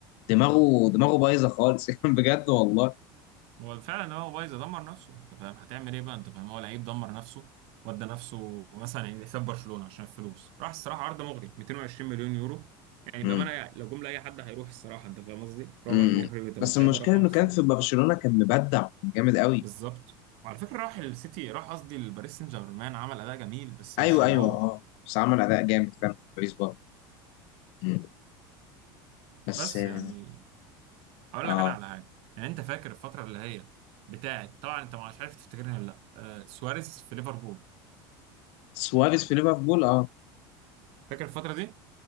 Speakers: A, on the left (about 60°); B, on the right (about 55°).
A: دماغه دماغه بايظه خالص <laughs> بجد والله
B: هو فعلا هو بايظ دمر نفسه انت فاهم هتعمل ايه بقى انت فاهم هو لعيب دمر نفسه ودى نفسه مثلا يعني حساب برشلونه عشان الفلوس راح الصراحه عرض مغري 220 مليون يورو يعني
A: امم
B: بامانه لو جم لاي حد هيروح الصراحه انت فاهم قصدي ربع
A: امم
B: مليار يورو انت متخيل
A: بس المشكله
B: ده رقم
A: انه
B: اصلا
A: كان في برشلونه كان مبدع كان جامد قوي
B: بالظبط وعلى فكره راح السيتي راح قصدي لباريس سان جيرمان عمل اداء جميل بس
A: ايوه
B: مش اللي
A: ايوه
B: هو
A: اه بس عمل اداء جامد فعلا في باريس برضه امم بس
B: بس
A: اه
B: يعني اقول
A: آه.
B: لك انا على حاجه يعني انت فاكر الفتره اللي هي بتاعت طبعا انت مش عارف تفتكرها ولا لا آه سواريز في ليفربول
A: وسواريز في ليفربول اه
B: فاكر الفتره دي